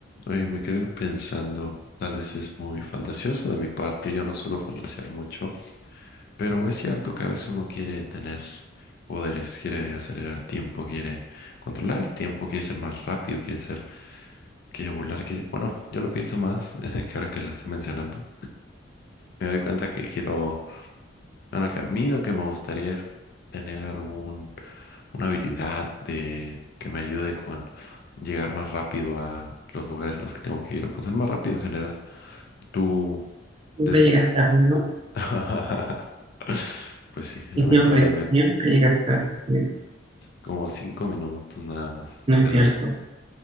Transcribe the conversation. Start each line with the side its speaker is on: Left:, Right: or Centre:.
Left: Oye, me quedé pensando, tal vez es muy fantasioso de mi parte, yo no suelo fantasear mucho, pero es cierto que a veces uno quiere tener poderes, quiere acelerar el tiempo, quiere controlar el tiempo, quiere ser más rápido, quiere ser, quiere volar, quiere... Bueno, yo lo pienso más, <laughs> que ahora que lo estoy mencionando, me doy cuenta que quiero bueno, que a mí lo que me gustaría es tener algún, una habilidad de que me ayude con llegar más rápido a los lugares a los que tengo que ir o con ser más rápido en general. Tú,
Right: Siempre
Left: des...
Right: llegas tarde, ¿no?
Left: <laughs> pues sí, lamentablemente,
Right: Y siempre, siempre llegas tarde, siempre.
Left: como cinco minutos nada más,
Right: No es
Left: pero,
Right: cierto.